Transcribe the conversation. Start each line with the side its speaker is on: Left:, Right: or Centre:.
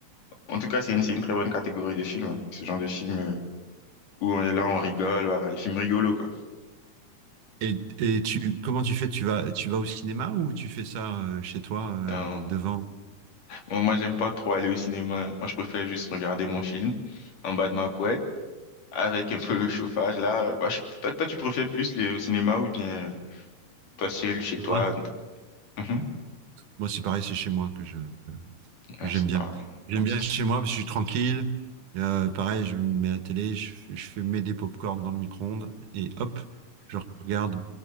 Left: En tout cas, c'est une, c'est une très bonne catégorie de films, hein. Ce genre de film euh, où on est là, on rigole, voilà, les films rigolos, quoi.
Right: Et, et tu, comment tu fais? Tu vas, tu vas au cinéma ou tu fais ça euh, chez toi, euh,
Left: Euh,
Right: devant?
Left: bon, moi, j'aime pas trop aller au cinéma. Moi, je préfère juste regarder mon film en bas de ma couette avec un peu le chauffage, là. Bah, je- toi, toi, tu préfères plus le cinéma ou bien euh, toi seul, chez
Right: Moi,
Left: toi? Mhm.
Right: moi, c'est pareil, c'est chez moi que je...
Left: Ah,
Right: que j'aime
Left: c'est
Right: bien.
Left: pas...
Right: J'aime
Left: ah,
Right: bien
Left: C'est
Right: chez moi parce que je suis tranquille. Euh, pareil, je mets la télé, je, fais- je fais mets des pop dans le micro-ondes et hop, je regarde